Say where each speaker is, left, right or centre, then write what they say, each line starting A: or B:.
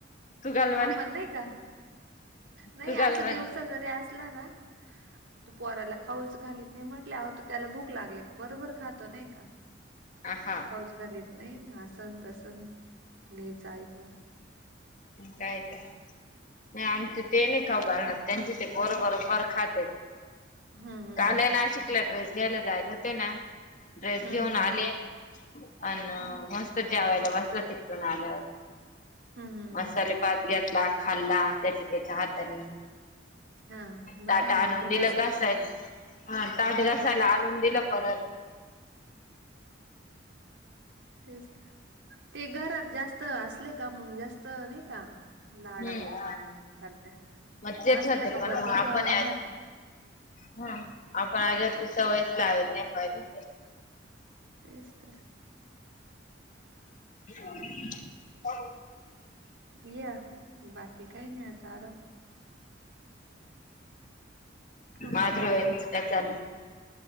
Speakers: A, on the left (about 40°); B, on the right (about 80°).
A: तू घाल म्हण
B: आपण नाही का नाही
A: तू घाल
B: अस
A: म्हण.
B: दिवसा जरी अस... ना तू पोराला खाऊच घाली.. म्हटल्यात त्याला भूक लागली का बरोबर खात नाही का
A: ह हा
B: खाऊच घाली.. नाही ना असन तसन घ्यायचं ऐक..
A: काय तर नाही आमच ते नाही खाऊ घालणार त्यांचे ते बरोबरोबर खातेत...
B: हम्म हम्म
A: काल आहे ना नाशिकला ड्रेस द्यायला जायला होते ना ड्रेस
B: हम्म
A: घेऊन
B: हम्म.
A: आले अ
B: हम्म
A: मस्त ज्यावायला बसलं ति.. प आल्यावर
B: हम्म हम्म.
A: मसालेभात घेत.. ला खाल्ला त्याच्या त्याच्या हातानी...
B: हा बरं
A: ताटा
B: आहे ना
A: आनंदीला
B: उलट असच
A: घसायल ताट
B: हम्म.
A: घसायला आनंद.. दिलं परत...
B: तेच ते घरात जास्त असले.. का मग जास्त नाही लाडावल्या
A: हम्म
B: पण चालत
A: मग तेच
B: नसल
A: होते
B: का
A: पण
B: बरोबर
A: मग आपण
B: करून खाते..
A: हा आपण आधी असली सवयच लावेल नाही पाहिजे.
B: तेच तर
A: ह..
B: या बाकी काय नाहीतार... तुमचं
A: माझ्या
B: चाललं?
A: धर चाल